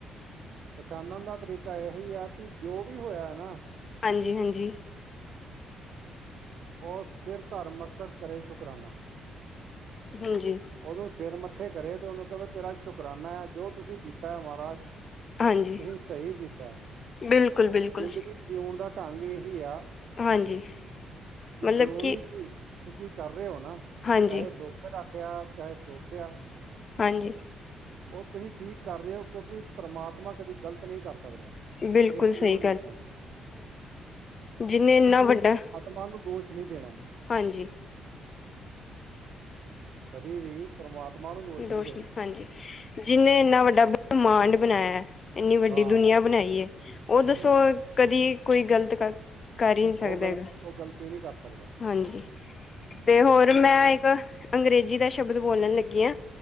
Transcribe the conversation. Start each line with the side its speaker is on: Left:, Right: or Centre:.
Right: ਪਛਾਣਨ ਦਾ ਤਰੀਕਾ ਇਹੀ ਹੈ ਕਿ ਜੋ ਵੀ ਹੋਇਆ ਨਾ।
Left: ਹਾਂਜੀ-ਹਾਂਜੀ
Right: ਓ ਸਿਰ ਧਰਮਸਤਕ ਕਰੇ, ਸ਼ੁਕਰਾਨਾ।
Left: ਹਾਂਜੀ
Right: ਓਦੋਂ ਸਿਰ ਮੱਥੇ ਕਰੇ ਤੇ ਉਹਨੂੰ ਕ ਤੇਰਾ ਸ਼ੁਕਰਾਨਾ ਹੈ ਜੋ ਤੁਸੀਂ ਕੀਤਾ ਹੈ ਮਹਾਰਾਜ
Left: ਹਾਂਜੀ
Right: ਤੁਸੀਂ ਸਹੀ ਕੀਤਾ ਹੈ
Left: ਬਿਲਕੁਲ, ਬਿਲਕੁਲ
Right: ਜ਼ਿੰਦਗੀ ਜਿਉਣ ਦਾ ਢੰਗ ਇਹੀ ਆ।
Left: ਹਾਂਜੀ ਮਤਲਬ
Right: ਜੋ
Left: ਕਿ
Right: ਵੀ ਤੁਸੀਂ ਕਰ ਰਹੇ ਹੋ ਨਾ
Left: ਹਾਂਜੀ,
Right: ਚਾਹੇ ਦੁੱਖ ਰੱਖਿਆ ਚਾਹੇ ਸੁੱਖ ਆ।
Left: ਹਾਂਜੀ
Right: ਉਹ ਤੁਸੀਂ ਠੀਕ ਕਰ ਰਹੇ ਹੋ ਕਿਉਂਕਿ ਪਰਮਾਤ ਤਮਾ ਕਦੀ ਗ਼ਲਤ ਨਹੀਂ ਕਰ ਸਕਦਾ
Left: ਬਿਲਕੁਲ
Right: ਇਸ ਚੀਜ਼
Left: ਸਹੀ
Right: ਨੂੰ ਹਮੇਸ਼ਾ
Left: ਜਿੰਨੇ ਇੰਨਾ ਵੱਡਾ
Right: ਮਾਨ ਨੂੰ ਦੋਸ਼ ਨਹੀਂ ਦੇਣਾ।
Left: ਹਾਂਜੀ
Right: ਕਦੀ ਵੀ ਪਰਮਾਤਮਾ ਨੂੰ
Left: ਦੋਸ਼
Right: ਨਹੀਂ ਦੇਣਾ
Left: ਹਾਂਜੀ ਜਿਹਨੇ ਇੰਨਾ ਵੱਡਾ ਬ੍ਰਹਿਮੰਡ ਬਣਾਇਆ, ਇੰਨੀ ਵੱਡੀ
Right: ਹਾਂ
Left: ਦੁਨੀਆਂ ਬਣਾਈ ਹੈ। ਉਹ ਦੱਸੋ,
Right: ਹੂੰ
Left: ਕਦੇ ਕੋਈ ਗਲਤ ਕਰਦਾ ਹੈ? ਕਰ ਹੀ ਨਹੀਂ ਸਕਦਾ
Right: ਉਹ ਗਲ
Left: ਹੈਗਾ,
Right: ਉਹ ਗ਼ਲਤੀ ਨਹੀਂ ਕਰ ਸਕਦਾ
Left: ਹਾਂ ਜੀ। ਤੇ ਹੋਰ, ਮੈਂ
Right: ਇਹ-
Left: ਇੱਕ ਅੰਗਰੇਜ਼ੀ ਦਾ ਸ਼ਬਦ ਬੋਲਣ ਲੱਗੀ ਹਾਂ।